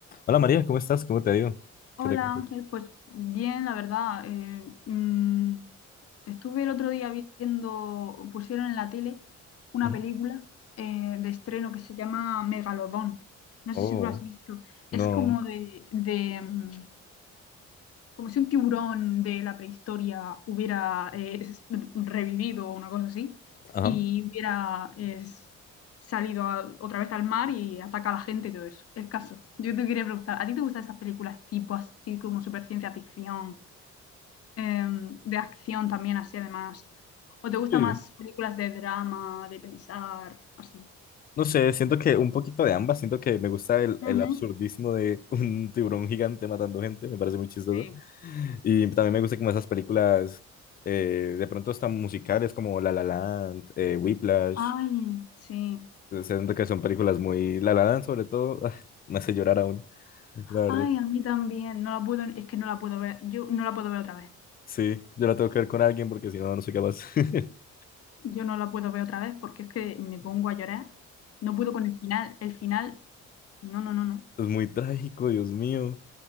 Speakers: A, on the left (about 30°); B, on the left (about 50°).
A: Hola María, ¿cómo estás? ¿Cómo te ha ido?
B: Hola
A: ¿Qué te cuento?
B: Ángel, pues bien, la verdad. eh, mm, estuve el otro día viendo, pusieron en la tele una
A: Ujú.
B: película eh, de estreno que se llama Megalodón. No sé
A: Oh,
B: si tú lo has visto.
A: no.
B: Es como de, de, mm, como si un tiburón de la prehistoria hubiera eh, es- revivido o una cosa así,
A: Ajá.
B: y hubiera es, salido a- otra vez al mar y ataca a la gente y todo eso. El caso. Yo te quería preguntar, ¿a ti te gustan esas películas tipo así como super ciencia ficción, em, de acción también así además? ¿O te gustan
A: Sí.
B: más películas de drama, de pensar, así?
A: No sé, siento que un poquito de ambas. Siento que me gusta el, el
B: Ujú.
A: absurdismo de <laughs> un tiburón gigante matando gente. Me parece muy chistoso.
B: Sí.
A: Y también me gusta como esas películas eh, de pronto están musicales como La La Land, eh, Whiplash.
B: Ay, sí.
A: Eh, Siento que son películas muy... La La Land sobre todo ah, me hace llorar aún, la verdad.
B: Ay, a mí también. No la puedo, es que no la puedo ver. Yo no la puedo ver otra vez.
A: Sí, yo la tengo que ver con alguien porque si no, no soy capaz. <laughs>
B: Yo no la puedo ver otra vez porque es que me pongo a llorar. No puedo con el final. El final, no, no, no, no.
A: Es muy trágico, Dios mío.